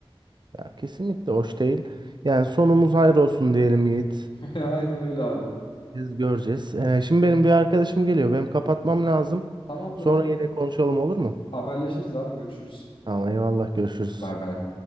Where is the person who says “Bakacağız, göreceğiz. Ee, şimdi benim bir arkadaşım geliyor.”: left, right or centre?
Right